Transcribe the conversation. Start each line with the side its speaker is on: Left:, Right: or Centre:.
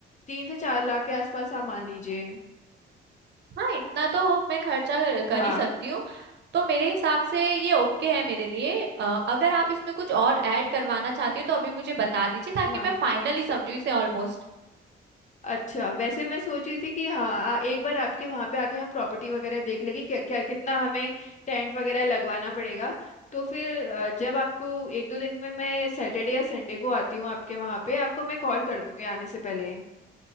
Left: तीन से चार लाख के आसपास आप मान लीजिए
Right: हाँ इतना तो मैं खर्चा कर
Left: हाँ
Right: ही सकती हूँ तो मेरे हिसाब से ये ओके है मेरे लिए अ, अगर आप इसमें कुछ और ऐड करवाना चाहती हो तो अभी मुझे बता दीजिए ताकि
Left: हाँ
Right: मैं फाइनली समझू इसे ऑलमोस्ट
Left: अच्छा वैसे मैं सोच रही थी कि हाँ आ, एक बार आपके वहां पे आके हम प्रॉपर्टी वगैरह देख लेंगे क्या क्या कितना हमें टेंट वगैरह लगवाना पड़ेगा तो फिर अ, जब आपको एक दो दिन में मैं सैटरडे या संडे को आती हूँ आपके वहां पे आपको मैं कॉल कर दूंगी आने से पहले